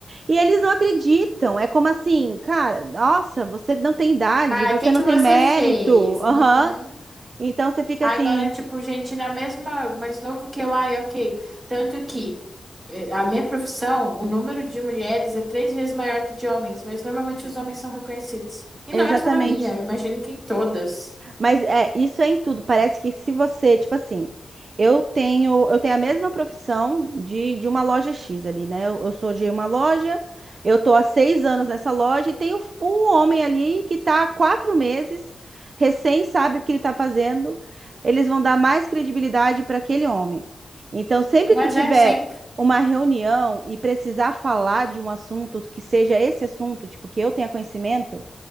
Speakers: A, on the right; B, on the right.
A: E eles não acreditam. É como assim, cara, nossa, você não tem idade,
B: Ah,
A: você
B: o que que
A: não tem
B: você
A: mérito.
B: fez?
A: Aham.
B: Uhum.
A: Então você fica
B: Ah,
A: assim,
B: agora, tipo, gente na mesma, mais novo que eu, ai, ok. Tanto que eh, a minha profissão, o número de mulheres é três vezes maior que de homens, mas normalmente os homens são reconhecidos. E
A: exatamente.
B: não é só na minha, eu imagino que em todas.
A: Mas é, isso é em tudo. Parece que se você, tipo assim, eu tenho, eu tenho a mesma profissão de, de uma loja X ali, né? Eu, eu sou de uma loja, eu tô há seis anos nessa loja e tem o, o homem ali que tá há quatro meses, recém sabe o que ele tá fazendo. Eles vão dar mais credibilidade para aquele homem. Então, sempre
B: Mas
A: que tiver
B: é sempre.
A: uma reunião e precisar falar de um assunto que seja esse assunto, tipo, que eu tenha conhecimento,